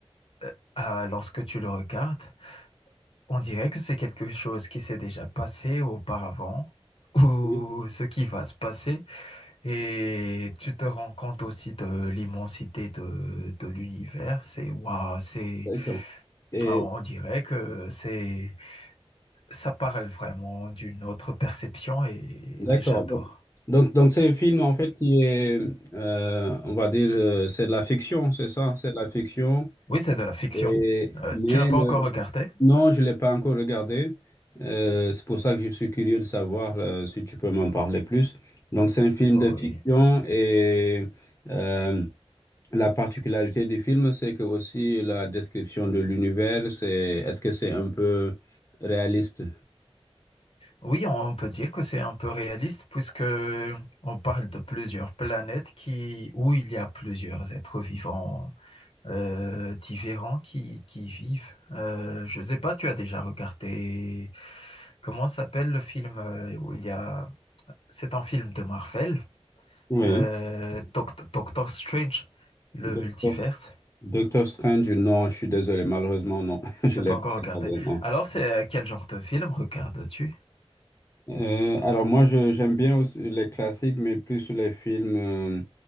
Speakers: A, on the left; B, on the left.
A: euh, ah, lorsque tu le regardes, on dirait que c'est quelque chose qui s'est déjà passé auparavant ou
B: Oui,
A: ce qui va se passer. Et tu te rends compte aussi de l'immensité de, de l'univers. C'est waouh, c'est,
B: d'accord. Et
A: alors, on dirait que c'est, ça parle vraiment d'une autre perception et,
B: d'accord.
A: et j'adore.
B: Donc, donc, donc c'est un film en fait qui est, euh, on va dire, euh, c'est de la fiction, c'est ça, c'est de la fiction.
A: Oui, c'est de la fiction.
B: Et,
A: Euh,
B: mais
A: tu n'as pas encore regardé?
B: Non, je ne l'ai pas encore regardé. Euh, c'est pour ça que je suis curieux de savoir euh, si tu peux m'en parler plus. Donc, c'est un film
A: Oh,
B: de fiction
A: oui.
B: et euh, la particularité du film, c'est que aussi la description de l'univers, c'est est-ce que c'est un peu réaliste?
A: Oui, on peut dire que c'est un peu réaliste puisque on parle de plusieurs planètes qui, où il y a plusieurs êtres vivants euh, différents qui, qui vivent. Euh, je sais pas, tu as déjà regardé comment s'appelle le film euh, où il y a, c'est un film de Marvel,
B: Oui.
A: euh, Doct- Doctor Strange, le
B: Docteur
A: multiverse.
B: Doctor Strange, non, je suis désolé, malheureusement, non, <laughs> je
A: T'as
B: l'ai
A: pas
B: pas
A: encore regardé.
B: regardé, non.
A: Alors, c'est euh, quel genre de film regardes-tu?
B: Euh, alors moi, je- j'aime bien aussi les classiques, mais plus sur les films euh,